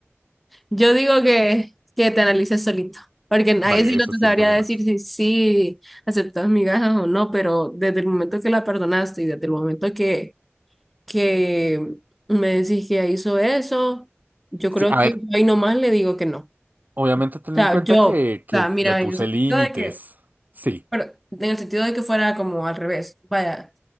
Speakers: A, in the centre; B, on the right.
A: Yo digo que, que te analices solito, porque nadie
B: Vale,
A: sí no
B: eso
A: te
B: sí,
A: sabría
B: un poco
A: decir
B: más.
A: si sí aceptas migajas o no, pero desde el momento que la perdonaste y desde el momento que, que me decís que hizo eso, yo creo
B: Sí, a
A: que
B: ver,
A: yo ahí nomás le digo que no. O
B: obviamente ten
A: sea,
B: en cuenta
A: yo,
B: que,
A: o
B: que
A: sea, mira,
B: le puse
A: en el sentido
B: límites.
A: de que,
B: Sí.
A: pero en el sentido de que fuera como al revés, vaya,